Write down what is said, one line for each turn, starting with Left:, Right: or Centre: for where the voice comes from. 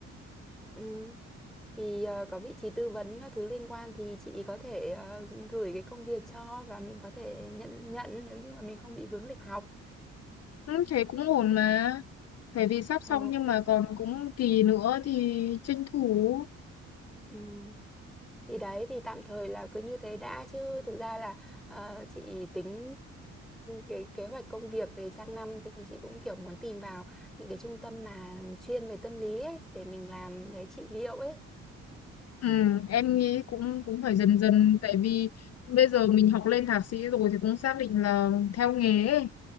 Centre: Ừ. Thì ờ, có vị trí tư vấn các thứ liên quan thì chị có thể ờ, gửi cái công việc cho và mình có thể nhận nhận nếu như mà mình không bị vướng lịch học
Left: ừ, thế cũng ổn mà. Bởi vì sắp
Centre: Ờ,
Left: xong nhưng mà còn cũng kỳ nữa thì tranh thủ.
Centre: ừ. Thì đấy thì tạm thời là cứ như thế đã chứ thực ra là ờ, chị tính cái kế hoạch công việc về sang năm thì chị cũng kiểu muốn tìm vào những cái trung tâm mà chuyên về tâm lý ấy để mình làm cái trị liệu ấy.
Left: Ừ, em nghĩ cũng cũng phải dần dần tại vì bây giờ mình học lên thạc sĩ rồi thì cũng xác định là theo nghề ấy.